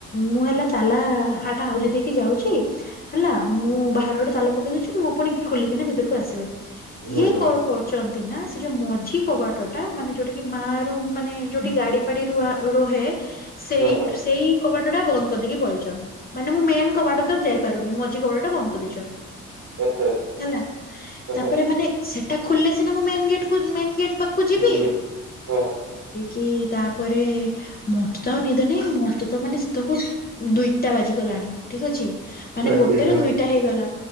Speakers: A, on the left; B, on the right.
A: ମୁଁ ହେଲା ତାଲା ହାଟ ଆଉଜି ଦେଇକି ଯାଉଛି। ହେଲା ମୁଁ ବାହାରେ ଗୋଟେ ତାଲା ପକେଇ ଦଉଛି ମୁଁ ପୁଣି ଖୋଲିକିନା ଭିତରକୁ ଆସିବି।
B: ହୁଁ
A: ଇଏ
B: ହୁଁ।
A: କଣ କରୁଛ? ତିଇନା ସେ ଯୋଉ ମଝି କବାଟ ଟା ମାନେ ଯୋଉଟା କି ମା ରୁ ମାନେ ଯୋଉଠି ଗାଡି ଫାଡି ର ରହେ, ସେଇ
B: ହଁ ହଁ
A: ସେଇ କବାଟ ଟା ବନ୍ଦ କରିଦେଇକି ପଳେଇଛନ୍ ମାନେ ମୁଁ ମେନ କବାଟ ତ ଯାଇ ପାରୁନି ମଝି କବାଟଟା ବନ୍ଦ କରି ଦେଇଛନ୍ତି।
B: ଆଚ୍ଛା ଆଚ୍ଛା
A: ହେଲା
B: ହଁ
A: ତାପରେ
B: ହଁ
A: ମାନେ ସେ ଟା ଖୋଲିଲେ ସିନା ମୁଁ ମେନ୍ ଗେଟ୍ କୁ ମେନ୍ ଗେଟ୍ ପାଖକୁ ଯିବି।
B: ଯିବେ ହଁ
A: କି ତାପରେ ମୋତେ ତ ଆଉ ନିଦ ନାଇଁ ମୋତେ ତ ମାନେ ସେତକୁ ଦୁଇଟା ବାଜିଗଲା। ଲାନି ଠିକ୍ ଅଛି ମାନେ
B: ରାତି
A: ଗୋଟେ ର
B: ହଁ।
A: ଦୁିଟା ହେଇଗଲା